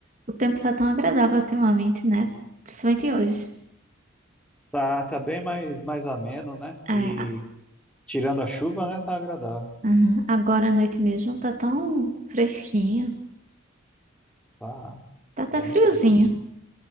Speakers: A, on the right; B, in the centre.
A: O tempo tá tão agradável ultimamente, né? Principalmente hoje.
B: Tá, tá bem mais, mais ameno, né?
A: É,
B: E
A: a-
B: tirando a chuva, né? Tá agradável.
A: aham. Agora à noite mesmo tá tão fresquinho.
B: Tá
A: Tá até
B: bem
A: friozinho,
B: fresquinho.